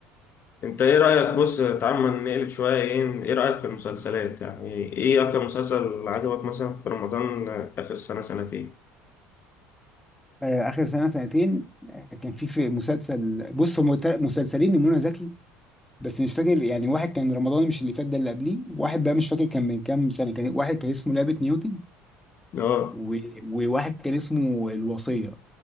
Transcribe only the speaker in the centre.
آه اخر سنه سنتين آه، كان في في مسلسل بص هم تل- مسلسلين لمنى زكي بس مش فاكر يعني واحد كان رمضان مش اللي فات ده اللي قبليه واحد بقى مش فاكر كان من كام سنه كان واحد كان اسمه لعبه نيوتن
و... وواحد كان اسمه الوصية